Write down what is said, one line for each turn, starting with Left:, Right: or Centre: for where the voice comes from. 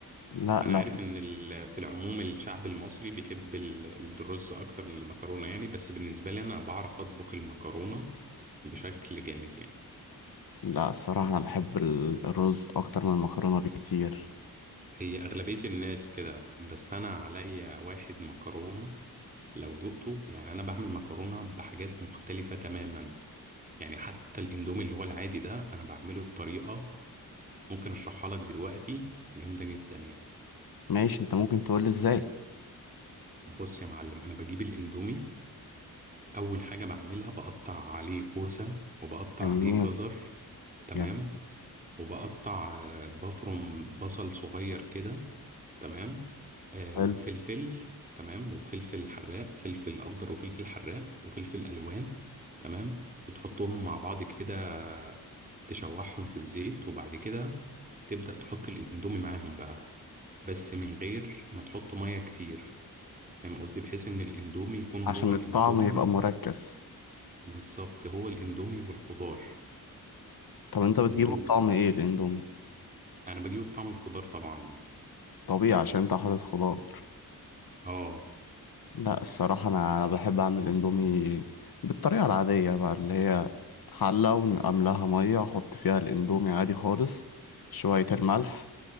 Left: لا
Right: انا
Left: لا
Right: عارف ان ال- في العموم الشعب المصري بيحب ال- الرز اكتر من المكرونه يعني بس بالنسبه لي انا بعرف اطبخ المكرونه بشكل جامد يعني
Left: لا الصراحه انا بحب ال- الرز اكتر من المكرونه بكتير
Right: هي اغلبيه الناس كده بس انا عليا واحد مكرونه لو دقته يعني انا بعمل مكرونه بحاجات مختلفه تماما يعني حتى الاندومي اللي هو العادي ده انا بعمله بطريقه ممكن اشرحها لك دلوقتي جامده جدا يعني
Left: ماشي انت ممكن تقول لي ازاي
Right: بص يا معلم انا بجيب الاندومي اول حاجه بعملها بقطع عليه كوسه وبقطع
Left: جميل
Right: عليه جزر تمام
Left: جميل
Right: تمام وبقطع آه، بفرم بصل صغير كده تمام آه
Left: حلو
Right: وفلفل تمام وفلفل حراق فلفل اخضر وفلفل حراق وفلفل الوان تمام وتحطهم مع بعض كده تشوحهم في الزيت وبعد كده تبدأ تحط الاندومي معاهم بقى بس من غير ما تحط ميه كتير فاهم قصدي بحيث ان الاندومي يكون هو
Left: عشان
Right: الاندومي
Left: الطعم يبقى مركز
Right: بالظبط هو الاندومي والخضار
Left: طب انت بتجيبه
Right: ودوق
Left: بطعم
Right: بقى
Left: ايه الاندومي
Right: انا بجيبه بطعم الخضار طبعا
Left: طبيعي عشان انت حاطط خضار
Right: اه
Left: لا الصراحة أنا أنا بحب أعمل إندومي بالطريقة العادية بقى اللي هي حلة ونقملها مية أحط فيها الإندومي عادي خالص شوية الملح